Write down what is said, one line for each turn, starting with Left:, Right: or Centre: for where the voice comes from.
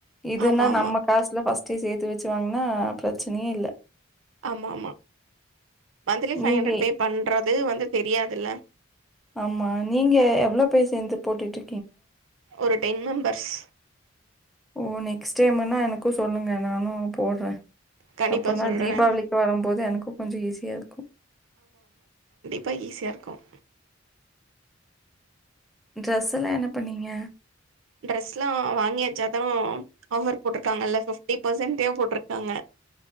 Centre: இதுன்னா
Right: ஆமாம் ஆமாம்
Centre: நம்ம காசுல ஃபஸ்டே சேத்து வச்சு வாங்ன்னா பிரச்சனையே இல்ல
Right: ஆமா ஆமா மந்த்லி ஃபைவ்
Centre: நீங்க
Right: ஹண்ட்ரட் பே பண்றது வந்து தெரியாதுல்ல
Centre: ஆமா நீங்க எவ்வளோ பேர் சேந்து போட்டுட்டு
Right: ஒரு டென் மெம்பர்ஸ்
Centre: ஓ நெக்ஸ்ட் டைம்னா எனக்கு சொல்லுங்க நானு போடுறே
Right: கண்டிப்பாக
Centre: அப்போனா
Right: சொல்கிறேன்
Centre: தீபாவளிக்கு வரும்போது எனக்கு கொஞ்சோ ஈஸியா இருக்கும்
Right: பா ஈசியா இருக்கும்
Centre: ட்ரெஸ்லா என்ன பண்ணீங்க
Right: ட்ரெஸ்லா வாங்கி வச்சா தா ஆஃபர் போட்டிருக்காங்கல்ல ஃபிப்டி பெர்சன்ட்டு போட்டிருக்காங்க